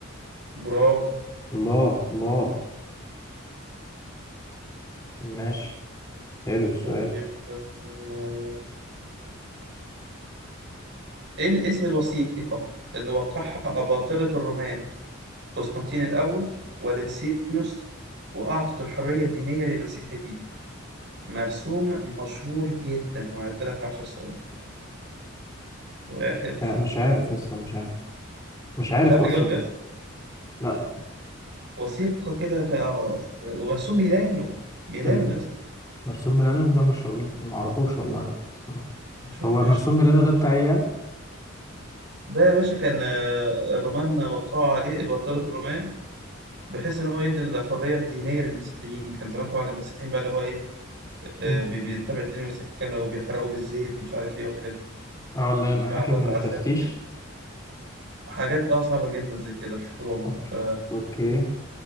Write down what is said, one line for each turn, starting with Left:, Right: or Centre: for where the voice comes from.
Right: برافو
Left: الله الله ماشي حلو السؤال
Right: طيب آه، إيه اسم الوثيقة اللي وقعها أباطرة الرومان قسطنطين الأول ولسينوس وأعطت الحرية الدينية للمسيحيين مرسوم مشهور جدا وهعد لك عشر ثواني واحد
Left: مش ع- مش عارف لسه مش عارف مش عارف
Right: مش عارف
Left: اصلا
Right: اجاوب بجد
Left: لا
Right: وثيقة كده ك... آه، ومرسوم ميلانو ميلانو
Left: الب-
Right: يا اسطى
Left: مرسوم ميلانو ده مش ما اعرفوش والله الصراحه
Right: مشهور
Left: هو
Right: فشخ
Left: مرسوم ميلانو ده بتاع ايه يعني
Right: ده يا باشا كان آه، الرومان وقعوا عليه بطلت الرومان بحيث ان هو يدي الحريه الدينيه للمسيحيين كان زمان طبعا المسيحيين بقى اللي هو ايه آه،
Left: مم.
Right: بي- بيتبع الدين المسيحي كانوا بيحرقوه بالزيت ومش عارف ايه وحاجات دي
Left: اه اللي هي
Right: وبيتعرض
Left: المحاكم من
Right: لعذاب
Left: التفتيش
Right: وكده حاجات اه صعبة جدا زي كده في روما
Left: اوكي
Right: ف...
Left: اوكي